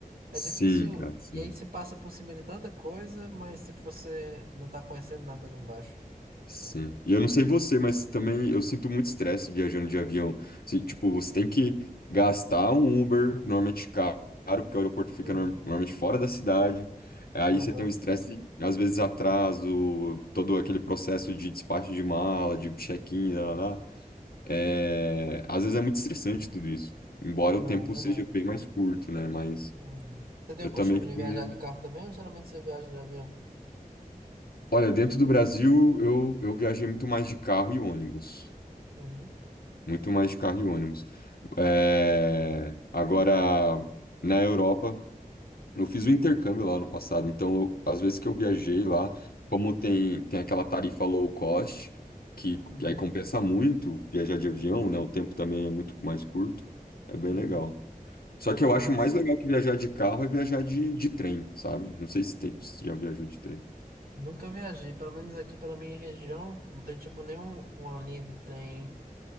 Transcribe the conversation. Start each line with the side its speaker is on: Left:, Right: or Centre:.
Right: É
Left: Sim,
Right: difícil,
Left: cara, sim.
Right: e aí você passa por cima de tanta coisa, mas tipo, você não tá conhecendo nada ali embaixo.
Left: Sim. E eu não sei você, mas também eu sinto muito estresse viajando de avião. Assim, tipo, você tem que gastar um Uber, normalmente caro, porque o aeroporto fica
Right: Uhum.
Left: norm- normalmente fora da cidade. Aí
Right: Aham.
Left: você tem um estresse, às vezes atraso, todo aquele processo de despacho de mala, de check-in, lá, lá, lá. É, Às vezes é muito estressante tudo isso. Embora
Right: Não,
Left: o tempo
Right: é verdade.
Left: seja bem mais curto, né? Mas
Right: Uhum. Você tem
Left: eu
Right: o costume
Left: também fico
Right: de viajar
Left: meio...
Right: de carro também ou geralmente você viaja de avião?
Left: Olha, dentro do Brasil, eu, eu viajei muito mais de carro e ônibus.
Right: Uhum.
Left: muito mais de carro e ônibus. É, Agora, na Europa, eu fiz um intercâmbio lá no passado, então, às vezes que eu viajei
Right: Massa.
Left: lá, como tem, tem aquela tarifa low cost, que,
Right: Uhum.
Left: que aí compensa muito viajar de avião, né? O tempo também é muito mais curto, é bem
Right: Uhum.
Left: legal. Só que eu acho
Right: Massa.
Left: mais legal que viajar de carro é viajar de, de trem, sabe? Não sei se, tem, se já viajou de trem.
Right: Nunca viajei, pelo menos aqui pela minha região, não tem tipo nenhum uma linha de trem